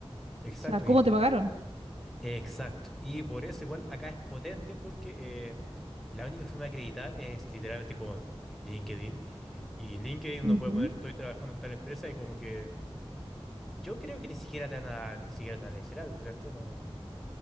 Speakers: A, in the centre; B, on the right.
A: Exacto,
B: O sea, ¿cómo
A: y
B: te pagaron?
A: exacto. Y por eso igual acá es potente porque eh, la única forma de acreditar es literalmente con LinkedIn. Y LinkedIn uno
B: Ujú.
A: puede poner, estoy trabajando en tal empresa y como que yo creo que ni siquiera te van a, ni siquiera te van a decir algo, ¿cierto? No.